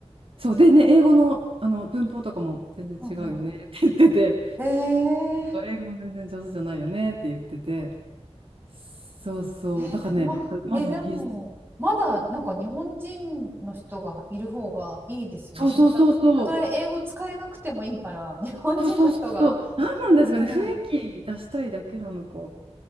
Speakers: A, on the right (about 55°); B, on the right (about 20°).
A: そう、でね、英語の、あの文法とかも全然違うよねって言ってて、
B: うんうん。えー、
A: 英語も全然上手じゃないよねって言ってて。そうそう。
B: えまあ、
A: だからね、まずイギリス。
B: えでも、まだなんか日本人の人がいる方がいいですよね。
A: そうそうそうそう。
B: そのた、たとえ英語使えなくてもいいから、日本人の人が、
A: そうそうそうそう。何なんですかね。
B: ね
A: 雰囲気出したいだけなのか。